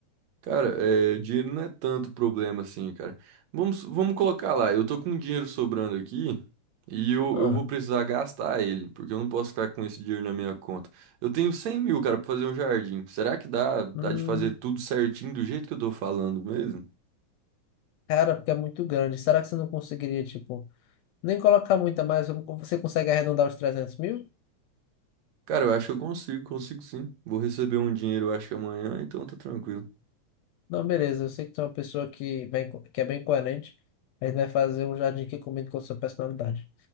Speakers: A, on the right (about 70°); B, on the left (about 75°).
A: Cara, é, dinheiro não é tanto problema assim, cara. Vamos, vamos colocar lá, eu tô com dinheiro sobrando aqui e eu,
B: Ah,
A: eu vou precisar gastar ele, porque eu não posso ficar com esse dinheiro na minha conta. Eu tenho 100 mil, cara, pra fazer um jardim. Será que dá, dá
B: hum,
A: de fazer tudo certinho do jeito que eu tô falando mesmo?
B: cara, porque é muito grande. Será que você não conseguiria, tipo, nem colocar muita mais? Você consegue arredondar os 300 mil?
A: Cara, eu acho que eu consigo, consigo sim. Vou receber um dinheiro, eu acho que amanhã, então tá tranquilo.
B: Não, beleza, eu sei que tu é uma pessoa que, bem, que é bem coerente, a gente vai fazer um jardim que combine com a sua personalidade.